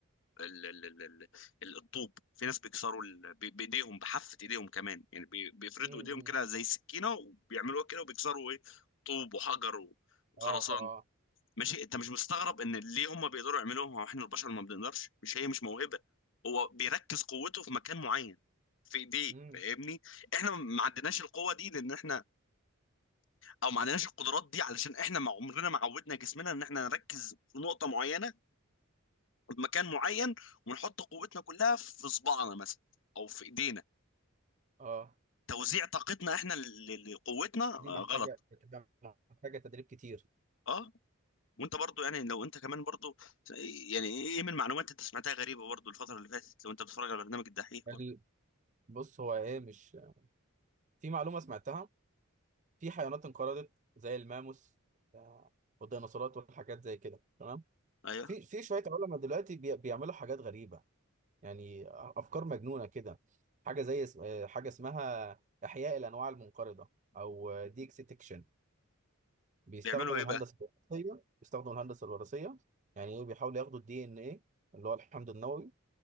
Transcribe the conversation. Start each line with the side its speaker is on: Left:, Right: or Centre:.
Left: ال- ال- ال- ال- ال- الطوب في ناس بيكسروا ال- ب- بايديهم بحافة ايديهم كمان يعني بي- بيفردوا
Right: امم
Left: ايديهم كده زي سكينة وبيعملوها كده وبيكسروا ايه طوب وحجر و- وخرسان
Right: اه اه
Left: ماشي انت مش مستغرب ان ليه هم بيقدروا يعملوها واحنا البشر ما بنقدرش مش هي مش موهبة هو بيركز قوته في مكان معين في ايديه
Right: امم
Left: فاهمني احنا ما عندناش القوة دي لان احنا او ما عندناش القدرات دي علشان احنا ما عمرنا ما عودنا جسمنا ان احنا نركز في نقطة معينة بمكان معين ونحط قوتنا كلها في صباعنا مثلا او في ايدينا
Right: اه
Left: توزيع طاقتنا احنا ل- لقوتنا آه،
Right: دي محتاجه
Left: غلط
Right: بتبقى محتاجه تدريب كتير
Left: اه وانت برضو يعني لو انت كمان برضو يعني ايه من معلومات انت سمعتها غريبه برضو الفتره اللي فاتت لو انت بتتفرج على برنامج الدحيح برضو
Right: ال- بص هو ايه مش في معلومه سمعتها في حيوانات انقرضت زي الماموس آه، والديناصورات والحاجات زي كده تمام
Left: ايوه
Right: في في شويه علماء دلوقتي بي- بيعملوا حاجات غريبه يعني افكار مجنونه كده حاجه زي اس- آه، حاجه اسمها احياء الانواع المنقرضه او ديكستكشن بيستخدموا
Left: بيعملوا ايه
Right: الهندسه
Left: بقى
Right: الوراثيه بيستخدموا الهندسه الوراثيه يعني ايه بيحاولوا ياخدوا الدي ان ايه اللي هو الحمض النووي